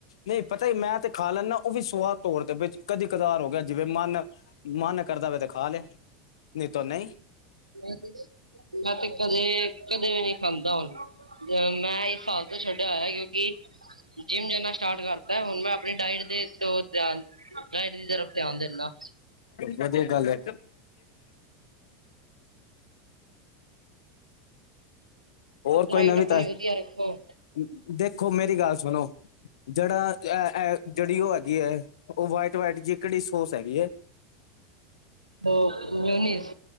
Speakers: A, on the left; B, on the right.
A: ਨਈ ਪਤਾ ਈ ਮੈਂ ਤੇ ਖਾ ਲੈਂਣਾ, ਓ ਵੀ ਸੁਵਾਦ ਤੌਰ ਤੇ ਵਿਚ ਕਦੀ ਕਦਾਰ ਹੋ ਗਿਆ। ਜਿਵੇਂ ਮਨ ਮਨ ਕਰਦਾ ਵੇ ਤੇ ਖਾ ਲਿਆ, ਨਈ ਤੋ ਨਈ।
B: ਮੈਂ ਮੈਂ ਤੇ ਕਦੇ ਕਦੇ ਨੀ ਖਾਂਦਾ ਹੁਣ। ਮੈਂ ਇਸ ਸਾਲ ਤੋਂ ਛੱਡਿਆ ਹੋਇਆ ਕਿਉਂਕਿ ਜਿੰਮ ਜਾਣਾ ਸਟਾਟ ਕਰਤਾ, ਹੁਣ ਮੈਂ ਆਪਣੀ ਡਾਇਟ ਤੇ ਧਿਆਨ ਡਾਈਟ ਦੀ ਤਰਫ਼ ਧਿਆਨ ਦਿੰਨਾ।
A: ਵਧੀਆ ਗੱਲ ਐ। ਹੋਰ ਕੋਈ
B: ਡਾਇਟ
A: ਨਵੀਂ
B: ਆਪਣੀ
A: ਤਾਜੀ,
B: ਵਧੀਆ ਰੱਖੋ
A: ਦੇਖੋ ਮੇਰੀ ਗੱਲ ਸੁਣੋ। ਜੜਾ ਐ ਜੇੜੀ ਓ ਹੈਗੀ ਐ ਓ ਵਾਈਟ ਵਾਈਟ ਜੀ ਕੇੜੀ ਸੋਸ ਹੈਗੀ ਏ।
B: ਓ ਮਿਉਨੀਸ।